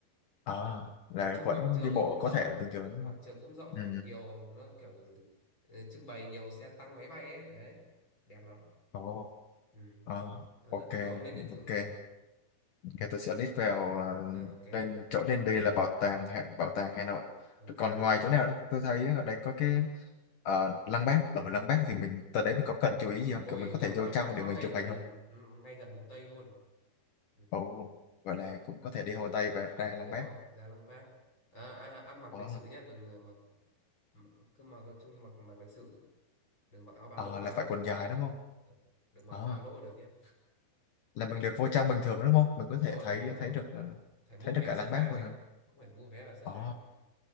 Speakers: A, on the left; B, on the left.
A: ờ là
B: nói chung
A: vẫn
B: quảng trường
A: đi bộ
B: thì cũng
A: có
B: rộng
A: thể là bình thường đúng
B: quảng
A: không
B: trường cũng rộng kiểu
A: ừ
B: nhiều nó kiểu ừ, trưng bày nhiều xe tăng máy bay ấy đấy đẹp lắm
A: ồ
B: ừ.
A: ờ
B: Đó,
A: ok
B: nói chung là ông lên đến thử
A: ok Ok, tôi sẽ list vào à,
B: à, ok
A: lên chỗ nên đi là bảo tàng Hà- bảo tàng Hà Nội.
B: ok
A: Còn
B: thế
A: ngoài
B: cơ
A: chỗ nào đó tôi thấy ở đây có cái ờ, Lăng Bác. Ở Lăng Bác thì mình tới đấy mình có cần chú ý gì không?
B: ôi
A: Kiểu mình có
B: lăng
A: thể vô
B: lăng
A: trong
B: Bác
A: để
B: nó
A: mình
B: ngay
A: chụp
B: gần
A: hình không?
B: ừ, ngay gần Hồ Tây luôn ừ.
A: Ồ, gọi là cũng có thể đi Hồ Tây và ra
B: đúng
A: Lăng
B: rồi
A: Bác.
B: ra lăng Bác à, à, ăn mặc
A: Ồ,
B: lịch sự nhá đừng ờ, mặc m- cứ mặc nói chung mặc mặc lịch sự đừng mặc áo ba
A: ờ,
B: lỗ vào
A: là
B: là
A: phải
B: được
A: quần dài đúng không?
B: Ờ, được mặc
A: Ờ,
B: áo ba lỗ được nhé
A: là mình được vô trong bình thường đúng không? Mình có
B: đúng
A: thể
B: rồi
A: thấy
B: đúng rồi
A: thấy được ờ,
B: phải mua
A: thấy
B: vé
A: được cả
B: xếp
A: Lăng
B: hàng
A: Bác luôn
B: ấy
A: hả?
B: cũng phải mua vé và xếp
A: Ồ,
B: hàng